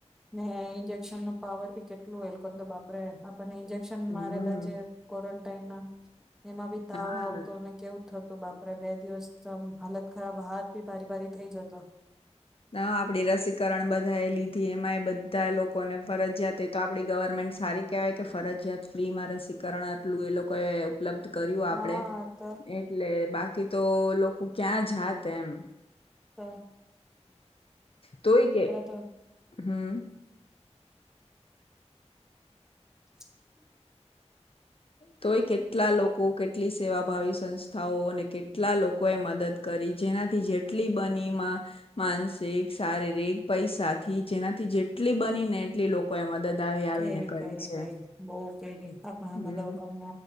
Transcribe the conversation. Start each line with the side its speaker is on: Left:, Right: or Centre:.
Centre: હ એ જ. નું પાવર ભી કેટલું તો બાપે. પણ ઇન્જેક્શન
Left: હમ
Centre: મારેલા છે ક્વોરન્ટાઈન ના એમાં બી તાવ
Left: હા
Centre: આવતો અને કેવું થતું. તો બાપરા બે દિવસ હાલત. ખરાબ હાથ ભી ભારી ભારી થઈ જતો.
Left: ના આપડી રસીકરણ બધા એ લીધી એમાં એ બધા લોકોને ફરજિયાત એ તો આપડી ગવર્મેન્ટ સારી કેવાય કે ફરજિયાત ફ્રી માં રસીકરણ આટલું એ લોકોએ. ઉપલબ્ધ કર્યું
Centre: હા
Left: આપડણે
Centre: તો
Left: એટલે બાકી તો લોકો ક્યાં જ. જા તેમ.
Centre: ત.
Left: તોય કે
Centre: તો
Left: હમ્મ.
Centre: <inaudible>
Left: તોય કેટલા લોકો કેટલી સેવાભાવી સંસ્થાઓ અને કેટલા લોકો એ મદદ કરી જેનાથી જેટલી બનીમાં માનસિક શારીરિક પૈસાથી જેનાથી જેટલી બની ને એટલી લોકોએ મદદ. આવી
Centre: કઈ
Left: આવીને
Centre: ની
Left: કરી
Centre: કઈ ની
Left: છે
Centre: ભાઈ બહ. <unintelligible> આપણા
Left: હમ
Centre: મતલબ